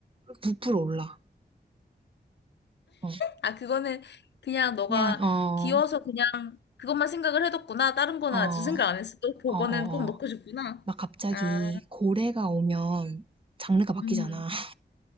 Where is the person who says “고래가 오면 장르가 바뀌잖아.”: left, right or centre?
Right